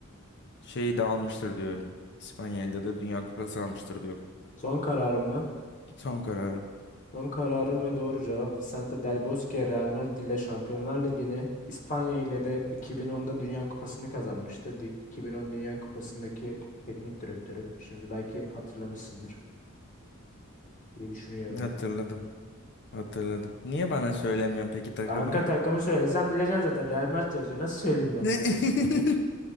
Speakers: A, on the left; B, on the left.
A: şeyi de almıştır diyorum. İspanya'da da Dünya Kupası almıştır diyorum.
B: Son kararım mı?
A: Son kararım.
B: Son kararım ve doğru cevap Vicente Del Bosque Real Madrid ile Şampiyonlar Ligi'ni İspanya ile de 2010'da Dünya Kupası'nı kazanmıştı. Di- 2010 Dünya Kupası'ndaki teknik direktörü. Şimdi belki hatırlamışsındır diye düşünüyorum.
A: Hatırladım. Hatırladım. Niye bana söylemiyorsun peki takımını?
B: Kanka takımı söylesen bileceksin zaten. Real Madrid yazıyor. Nasıl söyleyeyim ben
A: <laughs>
B: sana?